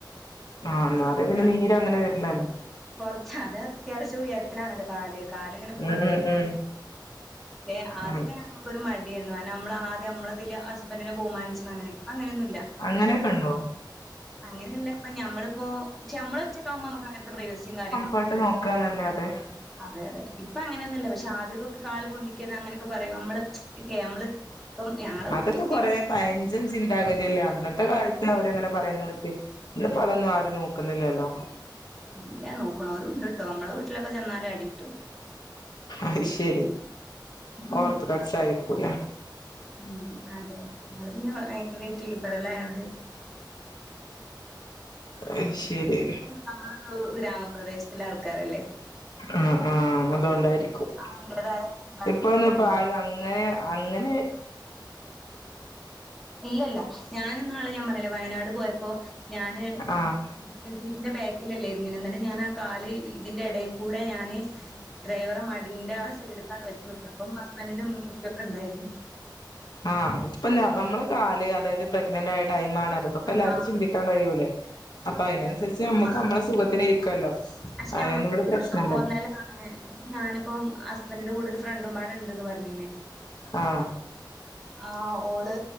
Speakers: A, on the left (about 60°); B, in the centre.
A: ആഹ് എന്നാലും അത് പിന്നെ നീരങ്ങനെ വരില്ലല്ലോ
B: കൊറച്ച അത് അത്യാവശ്യം ഉയരത്തിലാണല്ലോ കാല് കാലിങ്ങനെ പൊന്തിങ്ങ
A: ഉം ഉം ഉം
B: ലെ ആദ്യൊക്കെ
A: ഉം
B: നമക്കൊരു മടിയായിരുന്നു കാരണം നമ്മളാദ്യം നമ്മളതില് ഹസ് ബെൻ്റിനെ ബഹുമാനിച്ചണം അങ്ങനെ ഇപ്പ അങ്ങനെന്നുല്ല
A: അങ്ങനെയൊക്കെ ഉണ്ടോ
B: അങ്ങനെയല്ല പ്പ ഞമ്മളിപ്പോ ക്ഷെ നമ്മളൊറ്റക്കാകുമ്പോ നമുക്ക് അങ്ങനത്തെ പ്രൈവസിം കാര്യങ്ങളും
A: ട്ട് നോക്കാന്നല്ലാതെ
B: അതെ അതെ ഇപ്പ അങ്ങനൊന്നുല്ല പക്ഷെ ആദ്യകൊക്കെ കാല് പൊന്തി കത് അങ്ങനെക്കെ പറയും നമ്മള് ഇല്ലേ നമ്മള് ഇപ്പം ഞങ്ങളെ വീട്ടില്
A: അതൊക്കെ
B: ഇപ്പിം
A: കൊറേ പഴഞ്ചൻ ചിന്താഗതിയല്ലേ അന്നത്തെ കാലത്ത് അവരെങ്ങനെ പറയുന്നു ഇന്ന്പ്പോ അതൊന്നും ആരും നോക്കുന്നില്ലല്ലോ
B: ഇല്ല നോക്കണോലും ഉണ്ട്ട്ടോ നമ്മളെ വീട്ടിലൊക്കെ ചെന്നാല് അടികിട്ടും
A: അയ് ശെരി
B: ഉം
A: ഓർത്തഡോക്സായിരിക്കൂല്ലെ
B: ഉം അതെ നിങ്ങള് പിന്നെ ഭയങ്കരമായിട്ട് ലിബറലായോണ്ട്
A: അയ് ശെരി
B: നമ്മളൊരു ഗ്രാമപ്രദേശത്ത്ള്ള ആൾക്കാരല്ലേ
A: ആഹ് ആഹ് അതൊണ്ടായിരിക്കും
B: അതിന്റേതായ ചിന്താഗതിയൊക്കെന്നെണ്ട്.
A: ഇപ്പന്ന ഇപ്പ ആരും അങ്ങനെ അങ്ങനെ
B: ഇല്ലല്ല ഞാൻ ഇന്നാള് ഞാൻ പറഞ്ഞില്ലേ വയനാട് പോയപ്പോ ഞാന്
A: ആഹ്
B: ഫ്രൻ്റ്സീറ്റിന്റെ ബാക്കിലല്ലേ ഇരുന്നീന്ന് എന്നിട്ട് ഞാൻ ആഹ് കാല് ഇതിന്റെ എടേക്കൂടെ ഞാന് ഡ്രൈവറെ മടിന്റെ ആ സൈഡക്കാണ് വെച്ചു കൊടുത്ത് അപ്പം ഹസ്ബൻഡിന്റെ ഉമ്മയും ഉപ്പയൊക്കെ ഉണ്ടായിന്
A: ആഹ് ഉപ്പൊല്ല നമ്മള് കാല് അതായത് പ്രഗ്നന്റ് ആയ ടൈമാണ് അതൊക്കെ അപ്പ
B: ആഹ്
A: എല്ലാർക്കും ചിന്തിക്കാൻ കഴിയൂലേ അപ്പൊ അതിനനുസരിച്ച് നമുക്ക്
B: ആഹ്
A: നമ്മളുടെ സുഖത്തിന് ഇരിക്കല്ലോ
B: പക്ഷെ
A: അതൊന്നും
B: നമ്മക്ക്
A: ഇവിടെ
B: ഓരോ
A: പ്രശ്നല്ലല്ലോ
B: തോന്നല്ല ആണ് അപ്പൊ ഞാനിപ്പം ഹസ്ബൻഡറിന്റെ കൂടെ ഒരു ഫ്രണ്ടും പാടണ്ട്ന്ന് പറഞ്ഞിന്
A: ആഹ്
B: ആഹ് ഓള്